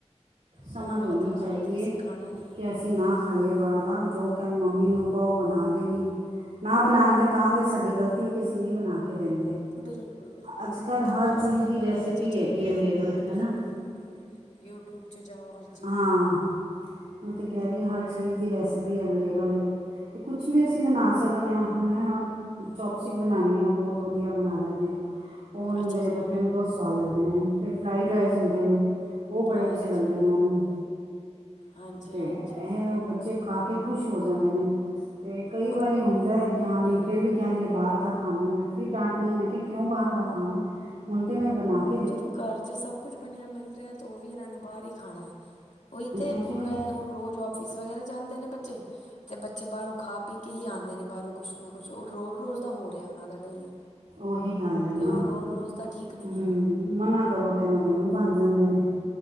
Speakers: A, on the right; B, on the left.
A: ਸਮਝ
B: ਉਹਨਾਂ ਨੂੰ
A: ਹੋਣੀ
B: ਪਤਾ
A: ਚਾਈਦੀ
B: ਆਪ ਤਾਂ ਅਸੀਂ
A: ਏ
B: ਖਾਣਾ ਨਹੀਂ
A: ਕਿ ਅਸ ਸੀਂ ਨਾ ਖਾਈਏ ਬਾਰ ਦਾ ਜੋ ਕਹਿ ਮੰਮੀ ਨੂੰ ਕੋ ਬਨਾ ਦੇਗੀ। ਨਾ ਬਨਾਏ ਤਾਂ ਤੇ ਸਾਡੀ ਗਲਤੀ ਕਿ ਅਸੀਂ ਨੀ ਬਨਾ ਕੇ ਦਿੰਦੇ।
B: ਬਿਲਕੁਲ-ਬਿਲਕੁਲ
A: ਅੱਜ ਕੱਲ੍ਹ ਹਰ
B: ਕਰ
A: ਚੀਜ਼
B: ਦੇ
A: ਦੀ
B: ਬਣੇ
A: ਰੈਸਿਪੀ
B: ਐ ਤੇ ਚੰਗੀ
A: ਹੈਗੀ ਅਵੇਲੇਬਲ ਹੈ
B: ਬਿਲਕੁਲ-ਬਿਲਕੁਲ।
A: ਨਾ
B: ਯੂਟੂਬ 'ਚ ਜਾਓ ਹਰਜ
A: ਹਾਂ ਓਈ ਤੇ ਕੈ ਰਈ ਆਂ ਹਰ ਚੀਜ਼ ਦੀ ਰੈਸਪੀ ਅਵੇਲੇਬਲ ਏ। ਤੇ ਕੁਛ ਵੀ ਅਸੀਂ ਬਨਾ ਸਗਨੇ ਆਂ ਹੁਨੇ ਨਾਲ ਚੌਪਸਟਿਕ ਬਣਾਨੀ ਆਂ, ਬੋਤ ਵਦੀਆ ਬਨਾ ਲੈਨੇ ਆਂ। ਓਹ ਮੇਰੇ
B: ਅੱਛਾ ਅੱਛਾ
A: ਬੇਟੇ ਨੂੰ ਬੋਤ ਸਵਾਦ ਲੱਗਦੇ ਨੇ, ਫਿਰ ਫਰਾਈਡ ਰਾਈਸ ਹੁੰਦੇ ਨੇ, ਓਹ ਬੜੇ
B: ਹਾਂਜੀ
A: ਅੱਛੇ ਲੱਗਦੇ ਨੇ। ਓਨੂੰ
B: ਹਾਂਜੀ
A: ਤੇ
B: ਹਾਂਜੀ
A: ਐਹ ਬੱਚੇ ਬੱਚੇ ਖਾ ਕੇ ਖੁਸ਼ ਹੋ ਜਾਂਦੇ ਨੇ ਤੇ ਕਈ
B: ਹੁਣ
A: ਵਾਰੀ ਹੁੰਦਾ ਐ ਕਿ ਹਾਂ ਨਈ
B: ਹੂੰ
A: ਫਿਰ ਵੀ ਕੈਣਗੇ ਬਾਰ ਦਾ। ਖਾਨਾ, ਮੈਂ ਫਿਰ ਡਾਂਟਨੀ ਆਂ, ਮੈ ਕਿਉਂ ਬਾਹਰ ਦਾ ਖਾਨਾ ਹੁਨ ਤਾਂ ਮੈਂ ਬਨਾਕੇ
B: ਜਦੋਂ ਘਰ ਚ ਸਭ ਕੁਝ ਬਣਿਆ ਮਿਲ ਰਿਆ ਤਾਂ ਉਹ ਵੀ ਇਹਨਾਂ ਨੂੰ ਬਾਹਰ ਹੀ ਖਾਣਾ ਹੈ। ਓਈ ਤੇ
A: ਐਕਚੁਲੀ
B: ਪੂਰਾ ਹੁਨ ਰੋਜ ਆਫਿਸ ਵਗੈਰਾ ਜਾਂਦੇ ਨੇ, ਬੱਚੇ ਤੇ ਬੱਚੇ ਬਾਰੋਂ ਖਾ ਪੀ ਕੇ ਹੀ ਆਂਦੇ ਨੇ ਬਾਰੋਂ ਕੁਛ ਨਾ ਕੁਛ ਓਹ ਰੋ ਰੋਜ਼ ਦਾ ਹੋ ਰੇਹਾ ਓਹਨਾਂ ਦਾ ਡੇਲੀ।
A: ਓਹੀ ਗੱਲ ਐ ਨਾ
B: ਅਤੇ ਉਹ ਰੋਜ਼ ਰੋਜ਼ ਦਾ ਠੀਕ ਨਹੀਂ
A: ਹੁੰ
B: ਆ
A: ਮਨਾ ਕਰੋ ਤੇ ਐਨਾ ਦੇ ਮੂੰਹ ਬਨ ਜਾਂਦੇ ਨੇ,